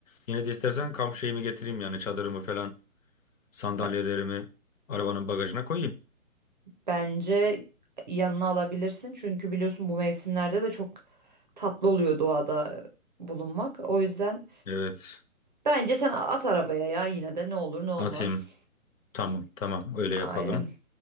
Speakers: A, on the left (about 70°); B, on the right (about 35°).
A: yine de istersen kamp şeyimi getireyim yani çadırımı falan sandalyelerimi
B: Be-
A: arabanın bagajına koyayım.
B: bence yanına alabilirsin. Çünkü biliyorsun bu mevsimlerde de çok tatlı oluyor doğada bulunmak. O yüzden
A: Evet
B: bence sen at arabaya ya yine de ne olur ne olmaz.
A: atayım. Tamam tamam öyle yapalım.
B: Aynen.